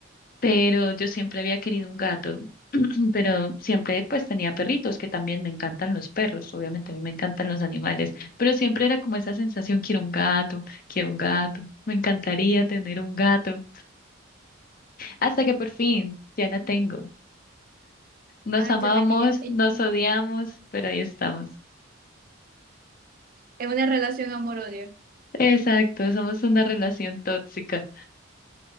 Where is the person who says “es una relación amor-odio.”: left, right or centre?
Right